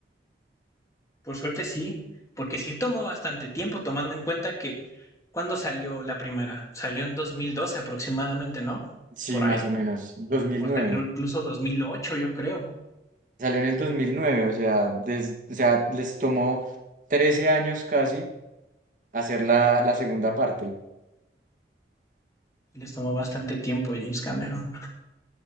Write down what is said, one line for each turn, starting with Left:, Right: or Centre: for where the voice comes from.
Left: Por suerte sí, porque sí tomó bastante tiempo, tomando en cuenta que ¿cuándo salió la primera? Salió en 2012 aproximadamente, ¿no?
Right: Sí,
Left: Por
Right: más
Left: ahí.
Right: o menos, Dos mil
Left: O hasta
Right: nueve
Left: que incluso 2008, yo creo.
Right: Salió en el 2009, o sea, des- o sea, les tomó 13 años casi hacer la, la segunda parte.
Left: Les tomó bastante tiempo a James Cameron.